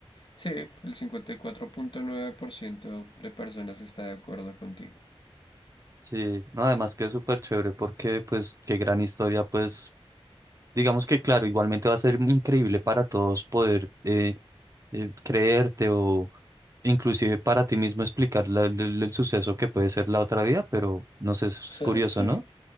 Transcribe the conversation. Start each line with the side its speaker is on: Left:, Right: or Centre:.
Left: Sí, el 54.9% de personas está de acuerdo contigo.
Right: Sí, no, además que es súper chévere porque, pues, qué gran historia, pues, digamos que, claro, igualmente va a ser increíble para todos poder eh, eh, creerte o inclusive para ti mismo explicar la- el, el- el suceso que puede ser la otra vida, pero no sé, es
Left: <laughs>
Right: curioso,
Left: Sí,
Right: ¿no?